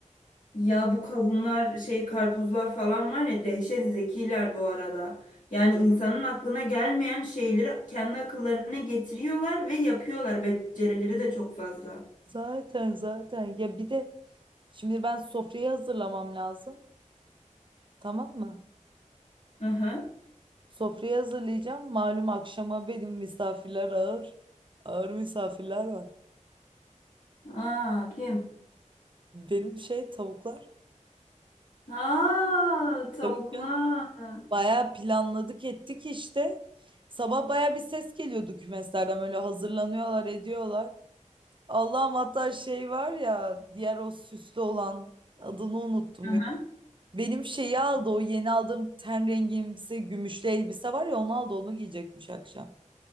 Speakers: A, on the left; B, on the right.
A: Ya bu kavunlar, şey karpuzlar falan var ya dehşet zekiler bu arada. Yani insanın aklına gelmeyen şeyleri kendi akıllarına getiriyorlar ve yapıyorlar. Becerileri de çok fazla.
B: Zaten zaten. Ya bir de şimdi ben sofrayı hazırlamam lazım. Tamam mı?
A: Hı hı.
B: Sofrayı hazırlayacağım. Malum akşama benim misafirler ağır. Ağır misafirler var.
A: Aa, kim?
B: Benim şey tavuklar.
A: Aa, tavuklar.
B: Tabii canım. Bayağı planladık ettik işte. Sabah bayağı bir ses geliyordu kümeslerden böyle hazırlanıyorlar ediyorlar. Allah'ım hatta şey var ya diğer o süslü olan adını unuttum
A: Hı hı.
B: ya. Benim şeyi aldı o yeni aldığım ten rengimsi gümüşlü elbise var ya onu aldı onu giyecekmiş akşam.